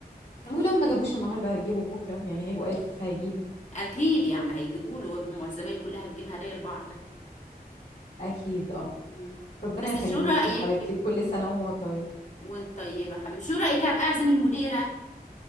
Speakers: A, on the left; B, on the left.
A: ولو ما جابوش النهاردة هيجيبوا بكرة يعني هيبقوا عرفوا فهيجيبوا
B: اكيد يعني هيجيبوا له هم الزمايل كلها بتجيب هدايا لبعض
A: أكيد اه
B: مم.
A: ربنا
B: بس
A: يخليهولك
B: شو رايك
A: يا حبيبتي كل سنة وهو طيب
B: وانت طيب يا حبيبي شو رايك ابقى اعزم المديره